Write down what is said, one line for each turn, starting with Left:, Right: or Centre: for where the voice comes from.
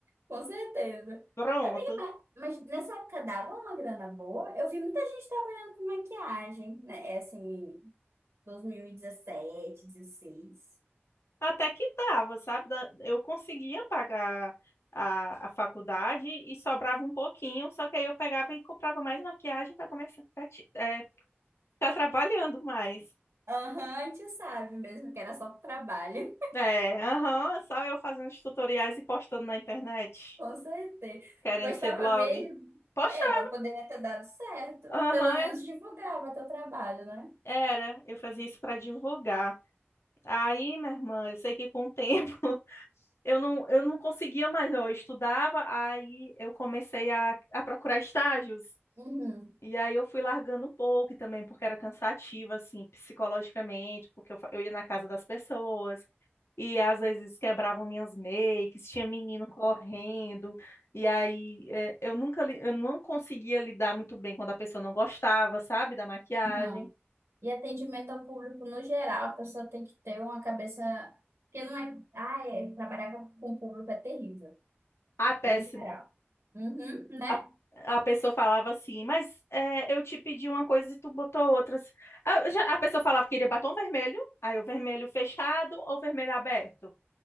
Right: Com certeza.
Left: Pronto.
Right: Eu me Mas nessa época dava uma grana boa. Eu vi muita gente trabalhando com maquiagem, né? É assim, 2017, 16.
Left: Até que dava, sabe? Da- Eu conseguia pagar a, a faculdade e sobrava um pouquinho, só que aí eu pegava e comprava mais maquiagem para começar, para, ficar trabalhando mais.
Right: Aham, a gente sabe mesmo que era só pro trabalho.
Left: É, aham, só eu fazendo os tutoriais e postando na internet,
Right: Com certeza.
Left: querendo
Right: Tu gostava
Left: ser blog.
Right: mesmo?
Left: Postar,
Right: É, mas poderia ter dado certo.
Left: aham,
Right: Pelo
Left: é-
Right: menos divulgava teu trabalho, né?
Left: era, eu fazia isso pra divulgar. Aí, minha irmã, eu sei que com o tempo <laughs> eu não, eu não conseguia mais, ó, eu estudava, aí eu comecei a, a procurar estágios.
Right: Uhum.
Left: E aí eu fui largando um pouco e também porque era cansativo, assim, psicologicamente, porque eu, fa- eu ia na casa das pessoas. E às vezes quebravam minhas makes, tinha menino correndo. E aí é, eu nunca li- eu não conseguia lidar muito bem quando a pessoa não gostava, sabe, da maquiagem.
Right: Não. E atendimento ao público no geral, a pessoa tem que ter uma cabeça que não é. Ah, é. Trabalhar com, com o público é terrível,
Left: Ah, péssimo.
Right: no geral. Uhum, né?
Left: A, a pessoa falava assim, mas é, eu te pedi uma coisa e tu botou outras. A, já- a pessoa falava que queria batom vermelho, aí o vermelho fechado ou vermelho aberto.